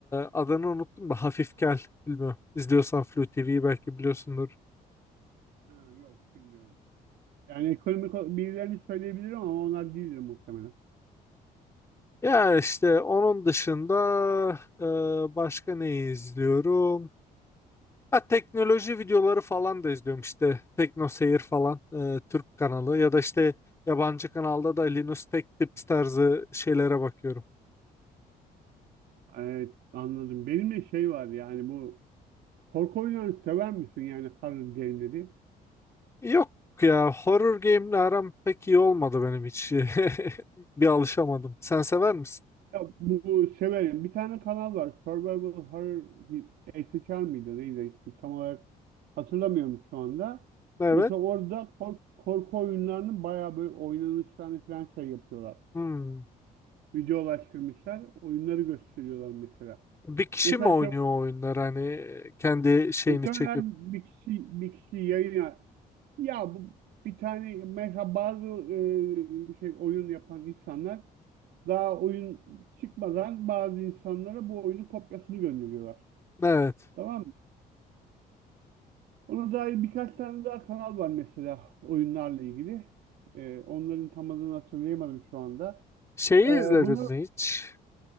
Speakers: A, on the left; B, on the right.
A: adını unuttum da Hafif Gel. Bilmiyorum. İzliyorsan Flu TV'yi belki biliyorsundur.
B: Ha, yok bilmiyorum. Yani ekonomik ol- birilerini söyleyebilirim ama onlar değildir muhtemelen.
A: Ya işte onun dışında e, başka ne izliyorum? Ha, teknoloji videoları falan da izliyorum işte Tekno Seyir falan e, Türk kanalı ya da işte yabancı kanalda da Linus Tech Tips tarzı şeylere bakıyorum.
B: Evet, anladım. Benim de şey var yani bu korku oyunlarını sever misin yani horror game'leri?
A: Yok ya horror game'le aram pek iyi olmadı benim hiç. <laughs> Bir alışamadım. Sen sever misin?
B: Ya bu, bu severim. Bir tane kanal var. Survival Horror bir SHR mıydı neydi ismi tam olarak hatırlamıyorum şu anda.
A: Evet.
B: Mesela orada kork- korku oyunlarının bayağı böyle oynanışlarını falan şey yapıyorlar.
A: Hmm.
B: Videolaştırmışlar. Oyunları gösteriyorlar mesela.
A: Bir kişi
B: Mesela
A: mi oynuyor
B: şey
A: o oyunlar hani kendi şeyini
B: Muhtemelen
A: çekip?
B: bir kişi bir kişi yayın ya, ya bu bir tane mesela bazı e, şey oyun yapan insanlar daha oyun çıkmadan bazı insanlara bu oyunun kopyasını gönderiyorlar.
A: Evet.
B: Tamam mı? Ona dair birkaç tane daha kanal var mesela oyunlarla ilgili. E, onların tam adını hatırlayamadım şu anda.
A: Şeyi
B: E,
A: izledin
B: bunlar
A: mi hiç?